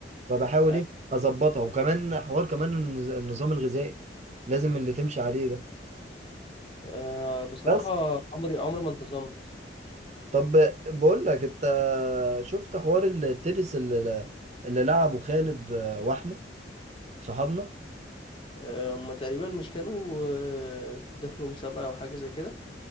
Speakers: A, on the right; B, on the left.
A: فبحاول
B: أيوة.
A: ايه اظبطها وكمان حوار كمان النز- النظام الغذائي لازم اللي تمشي عليه ده
B: آه... بصراحة
A: بس
B: عمري عمري ما انتظمت
A: طب بقول لك انت شفت حوار التنس اللي, اللي لعبه خالد واحمد صحابنا
B: آه، هما تقريبا مش كانوا آه، دخلوا مسابقة أو حاجة زي كده